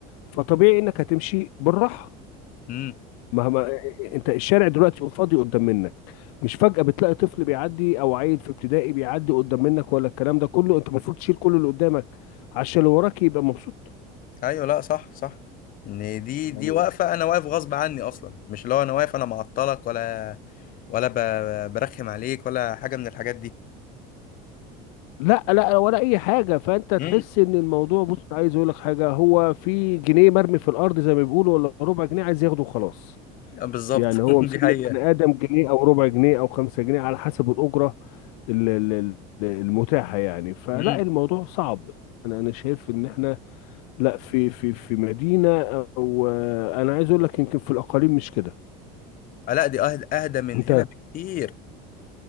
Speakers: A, on the left; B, on the left.
A: فطبيعي انك هتمشي بالراحة
B: امم
A: مهما انت الشارع دلوقتي فاضي قدام منك مش فجأة بتلاقي طفل بيعدي او عيل في ابتدائي بيعدي قدام منك ولا الكلام ده كله انت المفروض تشيل كل اللي قدامك عشان اللي وراك يبقى مبسوط
B: ايوه لا صح صح ان دي
A: يعني
B: دي واقفه انا واقف غصب عني اصلا مش اللي هو انا واقف انا معطلك ولا ولا ب- برخم عليك ولا حاجه من الحاجات دي
A: لا لا ولا اي حاجة فانت تحس
B: امم
A: ان الموضوع بص عايز اقول لك حاجة هو في جنيه مرمي في الارض زي ما بيقولوا ولا ربع جنيه عايز ياخده وخلاص
B: بالظبط
A: يعني هو
B: <laughs>
A: مسمي
B: دي حقيقه
A: البني آدم جنيه أو ربع جنيه أو خمسة جنيه على حسب الأجرة ال- ال- ال- المتاحة يعني فلا
B: امم
A: الموضوع صعب أنا أنا شايف إن إحنا لا في في في مدينة أو أنا عايز أقول لك يمكن في الأقاليم مش كده
B: لا دي اهدى اهدى من
A: أنت
B: هنا
A: آه
B: بكتير